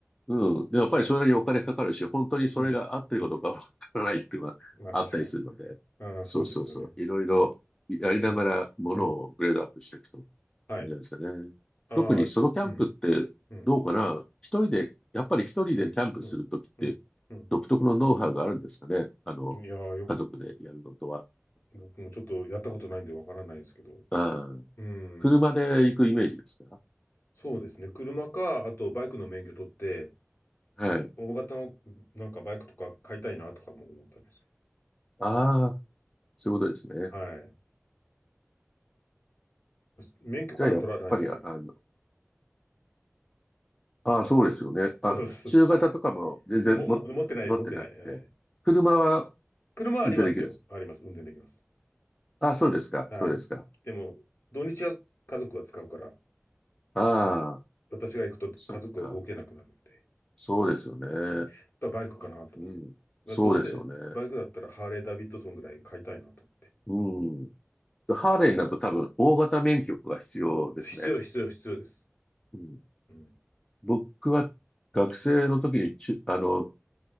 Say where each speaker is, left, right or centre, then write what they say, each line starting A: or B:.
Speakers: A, on the left; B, on the left.
A: うん。でもやっぱりそれなりにお金かかるし、本当にそれが合ってるかどうかわからないっていうのがあったりするので、
B: うん、うん。まあ確かに。ああ、
A: そうそうそう。
B: そうですよね。
A: いろいろやりながらものをグレードアップしていくとい
B: うん、うん、はい。
A: いんじゃないですかね。
B: ああ、
A: 特にソロキャンプってどうかな一人で、
B: うん、うん、
A: やっぱり一人でキャンプするときって
B: うん、うん、うん、う
A: 独特のノウハウがあるんですかねあの、
B: ん。いやー、よく、
A: 家族でやるのとは。
B: 僕もちょっとやったことないんでわからないですけど。
A: ああ、
B: うん、
A: 車で行くイメージですか
B: そうですね。車か、あとバイクの免許取って、
A: はい。
B: 大型のなんかバイクとか買いたいなとかも思ったんですよ。
A: ああ、そういうことですね。
B: はい。免許から取らないといけない。
A: じゃあやっぱり、ああの、ああ、そうですよね。
B: <laughs>
A: あ、
B: そうそうそ
A: 中型とかも全然も持ってなくて、
B: う。も、も持ってない、持ってない。はい。
A: 車は
B: 車はありますよ。
A: 運転できるんです。
B: あります。運転できます。
A: ああ、そうですか。
B: はい。
A: そうですか。
B: でも、土日は家族が使うから、
A: ああ、
B: 私が行くと家族は動けなくなるんで、
A: そっか。そうですよね。
B: あとはバイクかなと。
A: うん。
B: まあどうせバイクだったらハーレー・
A: そうですよね。
B: ダビッドソンぐらい買いたいなと思って。
A: うん。ハーレーになると多分大型免許が必要ですね。
B: 必要、必要、必要です。
A: うん。
B: うん。
A: 僕は学生の時に中、あの、